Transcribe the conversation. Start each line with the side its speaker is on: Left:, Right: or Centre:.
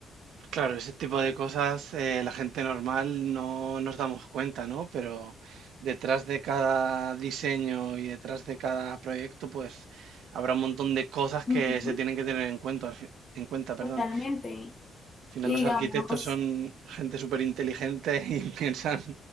Right: Claro, ese tipo de cosas eh, la gente normal no nos damos cuenta, ¿no? Pero detrás de cada diseño y detrás de cada proyecto, pues habrá un montón de cosas
Left: Ujú.
Right: que se tienen que tener en cuenta, al fi- en cuenta, perdón.
Left: Totalmente.
Right: Al final
Left: Y
Right: los
Left: digamos,
Right: arquitectos son gente súper inteligente <laughs> y piensan